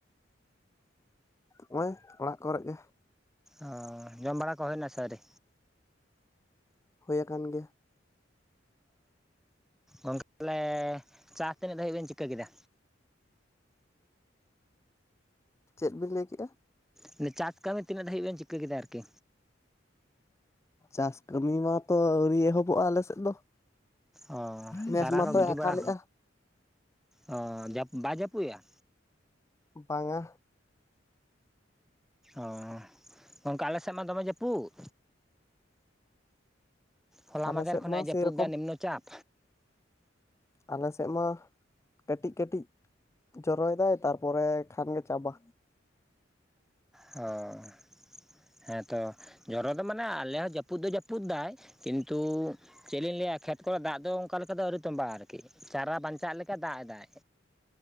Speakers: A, on the left; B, in the centre.
A: ᱦᱚᱸᱜᱼᱚᱭ ᱚᱲᱟᱜ ᱠᱚᱨᱮᱫ ᱜᱮ
B: ᱚᱸᱻ ᱡᱚᱢ ᱵᱟᱲᱟ ᱠᱚ ᱦᱩᱭᱱᱟ ᱥᱮ ᱟᱹᱣᱨᱤ
A: ᱦᱩᱭᱟᱠᱟᱱ ᱜᱮᱭᱟ
B: ᱚᱸᱻ ᱜᱚᱢᱠᱮ ᱛᱟᱞᱦᱮ ᱪᱟᱥ ᱛᱤᱱᱟᱹᱜ ᱫᱷᱟᱵᱤᱡ ᱵᱮᱱ ᱪᱤᱠᱟᱹ ᱠᱮᱫᱟ
A: ᱪᱮᱫ ᱵᱤᱱ ᱞᱟᱹᱭ ᱠᱮᱜᱼᱟ
B: ᱢᱟᱱᱮ ᱪᱟᱥ ᱠᱟᱹᱢᱤ ᱛᱤᱱᱟᱹᱜ ᱫᱷᱟᱵᱤᱡ ᱵᱮᱱ ᱪᱤᱠᱟᱹ ᱠᱮᱫᱟ ᱟᱨᱠᱤ
A: ᱪᱟᱥ ᱠᱟᱹᱢᱤ ᱢᱟᱛᱚ ᱟᱹᱣᱨᱤ ᱮᱦᱚᱵᱚᱜᱼᱟ ᱟᱞᱮ ᱥᱮᱫ ᱫᱚ
B: ᱚ
A: ᱱᱮᱥ
B: ᱪᱟᱨᱟ
A: ᱢᱟᱛᱚᱭ
B: ᱠᱚ ᱜᱤᱰᱤ
A: ᱟᱠᱟᱞᱮᱜᱼᱟ
B: ᱵᱟᱲᱟ, ᱚ ᱵᱟᱭ ᱡᱟᱹᱯᱩᱫ ᱮᱜ-ᱟ
A: ᱵᱟᱝᱼᱟ
B: ᱚᱻ ᱜᱚᱝᱠᱮ ᱟᱞᱮ ᱥᱮᱫ ᱢᱟ ᱫᱚᱢᱮ ᱡᱟᱹᱯᱩᱫ ᱦᱚᱞᱟ
A: ᱟᱞᱮ
B: ᱢᱟᱫᱷᱮᱨ
A: ᱥᱮᱫ
B: ᱠᱷᱚᱱ
A: ᱢᱟ
B: ᱟᱜ ᱡᱟᱹᱯᱩᱫ
A: ᱥᱮᱨᱚᱠᱚᱢ
B: ᱫᱟ ᱱᱤᱢᱱᱚ ᱪᱟᱯ᱾
A: ᱟᱞᱮ ᱥᱮᱫ ᱢᱟ ᱠᱟᱹᱴᱤᱡ ᱠᱟᱹᱴᱤᱡ ᱡᱚᱨᱚᱭ ᱮᱫᱟᱭ, ᱛᱟᱨᱯᱚᱨᱮ ᱠᱷᱟᱱ ᱜᱮ ᱪᱟᱵᱟ᱾
B: ᱦᱚᱭ ᱦᱮᱸᱛᱚ ᱡᱚᱨᱚ ᱫᱚ ᱢᱟᱱᱮ ᱟᱞᱮ ᱦᱚᱸ ᱡᱟᱹᱯᱩᱫ ᱫᱚ ᱡᱟᱹᱯᱩᱫ ᱫᱟᱭ ᱠᱤᱱᱛᱩ ᱪᱮᱫ ᱞᱤᱧ ᱞᱟᱹᱭᱟ ᱠᱷᱮᱛ ᱠᱚᱨᱮ ᱫᱟᱜ ᱫᱚ ᱚᱱᱠᱟ ᱞᱮᱠᱟ ᱫᱚ ᱟᱹᱣᱨᱤ ᱛᱚᱸᱵᱟ ᱟᱜ ᱟᱨᱠᱤ ᱪᱟᱨᱟ ᱵᱟᱧᱪᱟᱜ ᱞᱮᱠᱟ ᱫᱟᱜ ᱮᱫᱟᱭ᱾